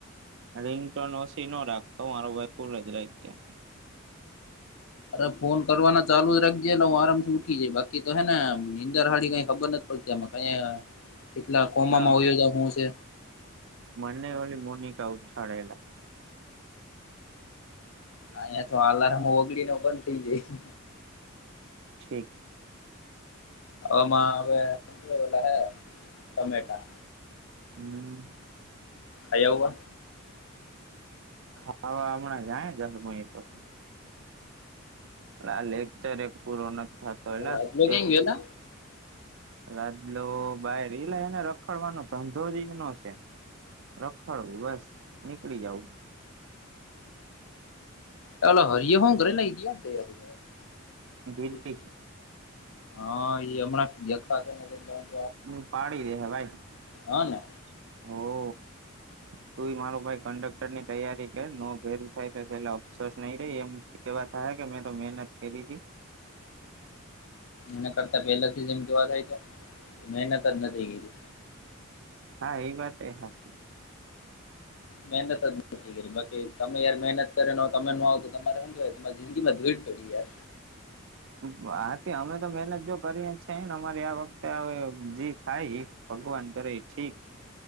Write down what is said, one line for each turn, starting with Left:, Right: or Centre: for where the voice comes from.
Right: રિંગટોન ઓછી નો રાખતો મારો ભાઈ ફૂલ જ રાખજે.
Left: અરે ફોન કરવાના ચાલુ જ રાખજે એટલે હું આરામથી ઉઠી જઈ બાકી તો હે નીંદર હાડી કઈ ખબર નથી. તે મકા અયા કેટલા કોમામાં
Right: હા
Left: વયો હું છે.
Right: મને ઓલી મોનિકા ઉઠાળે એલા.
Left: અયા તો અલાર્મ ઓગળી નો બંધ થઈ જાય છે.
Right: ઠીક
Left: અમાં હવે ઓલા હે ટમેટા.
Right: હમ્મ.
Left: આય એવું આ
Right: ખાવા હમણાં જાય જશે એ પાછા. હાલ એક તો રેક એક પુરો ન જ થતો
Left: રાજલો
Right: એ
Left: ક્યાંય
Right: એક
Left: ગયેલા
Right: રાતલો બાર એલા એને રખડવાનો ધંધો જ ઈ નો છે. રખડ બસ નીકળી જાવ
Left: ચાલ હરીયો હું કરે ક્યાં તૈયારી કરે.
Right: ઢીલી
Left: હા એ હમણાં દેખવા કેને ના <unintelligible>
Right: બૂમ પાડી દે ભાઈ ઓ
Left: હા ને
Right: હો. તું મારો ભાઈ કંડક ટર ની તૈયારી કર ન ભેરું થાય તો છેલ્લા અફસોસ નહી રહી એમ કેવા થયા કે મેં તો મહેનત કરી હતી.
Left: એના કરતા પહેલાથી જ એમ કેવા જાય તો મહેનત જ નથી કરી.
Right: હા એ વાત એ હાચી.
Left: મહેનત જ નથી કરી બાકી તમે યાર મહેનત કરેને તમે ન આવો તો તમારે શું કેવાય તમારી જિંદગીમાં ભીડ પડી યાર
Right: હ હાથી અમે તો મેહેનત જો કરીએ છેને અમારી આ વખતે હવે જે થાય. ભગવાન કરે એ ઠીક